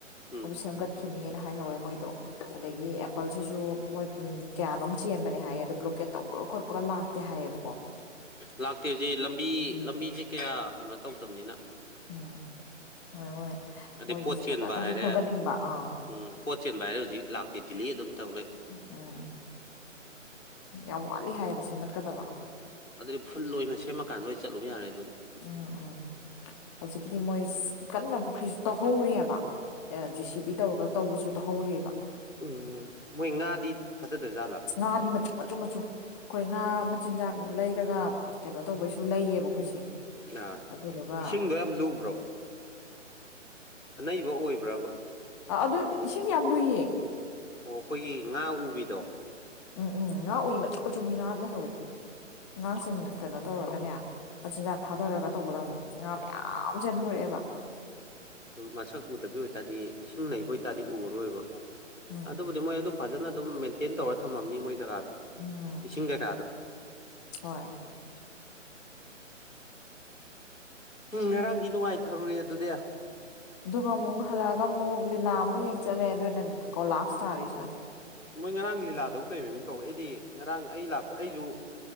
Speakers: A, on the left; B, on the left.
A: ꯎꯝ
B: ꯑꯗꯨ ꯁꯦꯝꯒꯠ ꯈꯤꯅꯦꯅ ꯍꯥꯏꯍꯧꯔꯦ ꯃꯣꯏꯗꯣ ꯑꯗꯒꯤ ꯑꯦꯄꯜꯁꯤꯁꯨ ꯃꯣꯏ ꯀꯌꯥꯅꯣꯝ ꯆꯦꯟꯕꯅꯦ ꯍꯥꯏꯌꯦ ꯑꯗꯣ ꯕ꯭ꯂꯣꯀꯦꯠ ꯇꯧꯕꯒ ꯈꯣꯠꯄꯒ ꯂꯥꯛ ꯇꯦ ꯍꯥꯏꯌꯦꯕꯀꯣ
A: ꯂꯥꯛꯇꯦ ꯍꯧꯖꯤꯛ ꯂꯝꯕꯤ
B: ꯎꯝ
A: ꯂꯝꯕꯤꯁꯦ ꯀꯌꯥ ꯀꯩꯅꯣ ꯇꯧꯗꯕꯅꯤꯅ
B: ꯎꯝ ꯍꯣꯏ ꯃꯣꯏ
A: ꯑꯗꯩ
B: ꯃꯣꯏꯒꯤꯁꯤ
A: ꯄꯣꯠ ꯆꯦꯟꯕ
B: ꯐꯖꯅꯗꯤ
A: ꯍꯥꯏꯔꯦ
B: ꯁꯦꯝꯒꯠꯅꯤꯡꯕ ꯑꯥ
A: ꯎꯝ ꯄꯣꯠ ꯆꯦꯟꯕ ꯍꯥꯏꯔꯦ ꯍꯧꯖꯤꯛ ꯂꯥꯛꯇꯦ ꯗꯤꯂꯤ ꯑꯗꯨꯝ ꯇꯧ ꯂꯩ
B: ꯎꯝ ꯌꯥꯝ ꯋꯥꯠꯂꯤ ꯍꯥꯏꯌꯦꯕ ꯁꯦꯝꯒꯠꯀꯗꯕ
A: ꯑꯗꯨꯗꯤ ꯐꯨꯜ ꯑꯣꯏꯅ ꯁꯦꯝꯃꯀꯥꯟꯗ ꯑꯣꯏ ꯆꯠꯂꯨꯕ ꯌꯥꯔꯦ ꯑꯗꯨꯗꯤ
B: ꯎꯝ ꯎꯝ ꯍꯧꯖꯤꯛꯀꯤꯗꯤ ꯃꯣꯏꯁꯦ ꯀꯟꯅ ꯄꯨꯈ꯭ꯔꯤꯁꯨ ꯇꯧꯍꯧꯔꯤꯑꯕ ꯑꯦ ꯖꯦ ꯁꯤ ꯕꯤ ꯇꯧꯔꯒ ꯇꯧꯕꯁꯨ ꯇꯧꯍꯧꯔꯤꯑꯕ
A: ꯎꯝ ꯃꯣꯏ ꯉꯥꯗꯤ ꯊꯥꯗꯗꯖꯥꯠꯂꯥ
B: ꯉꯥꯗꯤ ꯃꯆꯨ ꯃꯆꯨ ꯃꯆꯨ ꯑꯩꯈꯣꯏ ꯉꯥ ꯃꯆꯤꯟꯖꯥꯛ ꯂꯩꯔꯒ ꯀꯩꯅꯣ ꯇꯧꯕꯩꯁꯨ ꯂꯩꯌꯦꯕ ꯑꯩꯈꯣꯏꯁꯦ
A: ꯅ
B: ꯑꯗꯨꯗꯨꯒ
A: ꯏꯁꯤꯡꯗꯣ ꯌꯥꯝ ꯂꯨꯕ꯭ꯔꯣ ꯑꯅꯩꯕ ꯑꯣꯏꯕ꯭ꯔꯕ
B: ꯑ ꯑꯗꯨ ꯏꯁꯤꯡꯗꯤ ꯌꯥꯝ ꯂꯨꯏꯌꯦ
A: ꯑꯣ ꯈꯣꯏꯒꯤ ꯉꯥ ꯎꯕꯤꯗꯣ
B: ꯎꯝ ꯎꯝ ꯉꯥ ꯎꯏ ꯃꯆꯨ ꯃꯆꯨꯒꯤ ꯉꯥ ꯂꯩꯍꯧꯋꯦ ꯑꯉꯥꯡꯁꯤꯡ ꯀꯩꯅꯣ ꯇꯧꯔꯒꯅꯦ ꯃꯆꯤꯟꯖꯥꯛ ꯊꯥꯗꯔꯒ ꯇꯧꯕꯗ ꯉꯥ ꯃꯌꯥꯝ ꯆꯦꯟꯊꯣꯔꯛꯑꯦꯕ
A: ꯎꯝ ꯃꯁꯛ ꯎꯗꯕꯤ ꯑꯣꯏꯇꯥꯔꯗꯤ ꯏꯁꯤꯡ ꯅꯩꯕ ꯑꯣꯏꯇꯥꯔꯗꯤ ꯎꯔꯔꯣꯏꯕ
B: ꯎꯝ
A: ꯑꯗꯨꯕꯨꯗꯤ ꯃꯣꯏ ꯑꯗꯨꯝ ꯐꯖꯟꯅ ꯑꯗꯨꯝ ꯃꯦꯟꯇꯦꯟ ꯇꯧꯔ ꯊꯝꯃꯝꯅꯤ ꯃꯣꯏ ꯖꯒꯥꯗꯣ
B: ꯏꯅꯥ
A: ꯏꯁꯤꯡ ꯀꯩ ꯀꯥꯗꯣ
B: ꯍꯣꯏ
A: ꯎꯝ ꯉꯔꯥꯡꯒꯤ ꯅꯨꯡꯉꯥꯏꯊꯔꯨꯔꯦ ꯑꯗꯨꯗꯤ
B: ꯑꯗꯨꯒ ꯑꯃꯨꯛ ꯍꯜꯂꯛꯑꯒ ꯑꯃꯨꯛ ꯂꯤꯂꯥ ꯑꯃꯨꯛ ꯌꯦꯡ ꯆꯠꯂꯦ ꯑꯗꯨꯅ ꯀꯣꯂꯥꯞꯁ ꯇꯥꯔꯦ ꯏꯁꯥꯗꯤ
A: ꯃꯣꯏ ꯉꯔꯥꯡ ꯂꯤꯂꯥꯗꯕꯨ ꯀꯩ ꯃꯃꯤꯡ ꯀꯧꯒꯦ ꯑꯩꯗꯤ ꯉꯔꯥꯡ ꯑꯩ ꯂꯥꯛꯄ ꯑꯩꯖꯨ